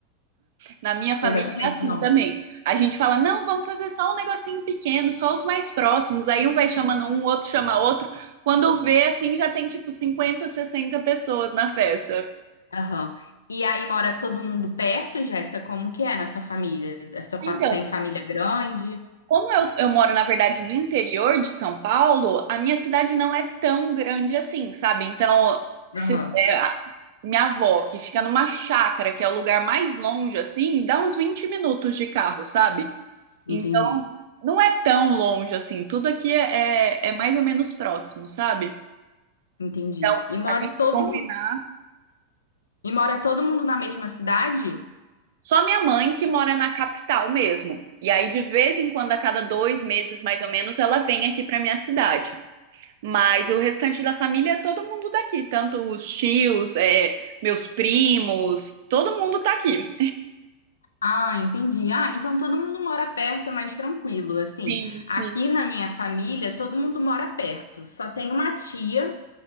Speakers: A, on the right; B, on the left.
A: Na minha família
B: exatamente,
A: é assim
B: não.
A: também. A gente fala, não, vamos fazer só um negocinho pequeno, só os mais próximos. Aí um vai chamando um, outro chama outro. Quando vê, assim, já tem tipo cinquenta sessenta pessoas na festa.
B: Aham. E aí mora todo mundo perto, Jéssica? Como que é na sua família? A sua fa-
A: Então,
B: Tem família grande?
A: Como eu, eu moro, na verdade, no interior de São Paulo, a minha cidade não é tão grande assim, sabe? Então, se,
B: Aham,
A: é, a- minha avó, que fica numa chácara, que é o lugar mais longe, assim, dá uns 20 minutos de carro, sabe?
B: entendi.
A: Então, não é tão longe assim. Tudo aqui é, é, é mais ou menos próximo, sabe?
B: Entendi.
A: Então,
B: E mora
A: a gente
B: todo,
A: combinar.
B: E mora todo mundo na mesma cidade?
A: Só minha mãe que mora na capital mesmo. E aí, de vez em quando, a cada dois meses, mais ou menos, ela vem aqui pra minha cidade. Mas o restante da família é todo mundo daqui, tanto os tios, é, meus primos, todo mundo tá aqui.
B: Ah, entendi. Ah, então todo mundo mora perto, é mais tranquilo. Assim,
A: Sim,
B: aqui
A: sim.
B: na minha família, todo mundo mora perto. Só tem uma tia